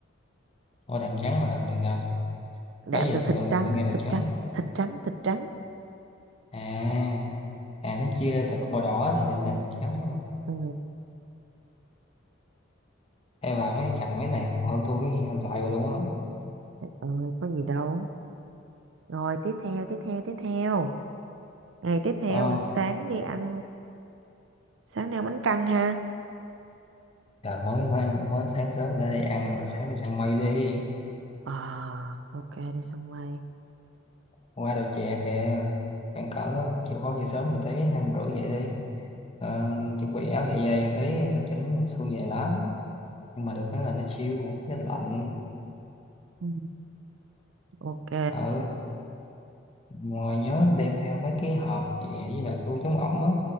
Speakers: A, on the left; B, on the right.
A: ô đạm trắng là làm nhiều đạm
B: đạm
A: đó giờ
B: từ thịt
A: tôi lần đầu
B: trắng
A: tôi nghe
B: á,
A: đàn
B: thịt
A: trắng
B: trắng thịt trắng thịt trắng
A: à à nó chia ra thịt màu đỏ là là thịt trắng luôn
B: ừ,
A: hay vào mấy cạnh mấy này hơn tôi cái lại rồi luôn á
B: ừ, có gì đâu rồi tiếp theo tiếp theo tiếp theo ngày tiếp theo
A: ờ,
B: sáng đi ăn sáng đi ăn bánh căn ha
A: trời mới, mới mới sáng sớm ra đi ăn rồi sáng đi săn mây đi
B: ờ ok đi sân bay
A: qua đầu chè kìa bạn cỡ chịu khó về sớm một tí năm rưỡi vậy đi ờ, chuẩn bị áo dạ dày một tí làm chỉnh xương dày lắm nhưng mà được cái là nó siêu nó lạnh
B: ừ, ok
A: ờ Ngoài nhớ đem theo mấy cái hộp vậy với lại túi chống ẩm á